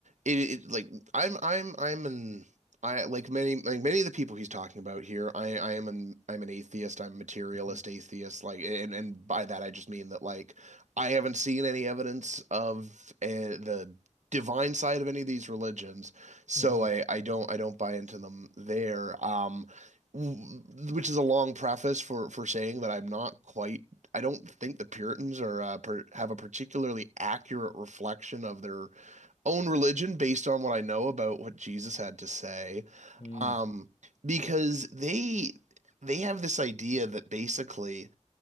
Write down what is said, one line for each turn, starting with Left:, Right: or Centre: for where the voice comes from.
Right: it, it like I'm I'm I'm an I like many like many of the people he's talking about here, I I am an I'm an atheist, I'm materialist
Left: hmm
Right: atheist, like and and by that I just mean that like I haven't seen any evidence of uh, the divine side of any of these religions, so
Left: hmm
Right: I I don't I don't buy into them there. Um w- which is a long preface for for saying that I'm not quite I don't think the Puritans are uh, per have a particularly accurate reflection of their own religion based on what I know about what Jesus had to say.
Left: Mm.
Right: Um, because they they have this idea that basically